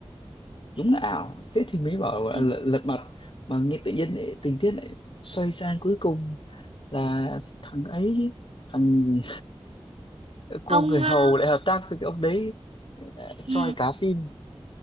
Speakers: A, on the left (about 55°); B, on the right (about 80°).
A: đúng là ảo thế thì mới bảo là
B: Ừ.
A: lật, lật mặt mà nghe tự nhiên lại, tình tiết lại xoay sang cuối cùng là thằng ấy chứ, thằng <laughs> cô
B: Ông
A: người hầu
B: ờ,
A: lại hợp tác với cái ông đấy ờ, choi
B: ừ.
A: cá phim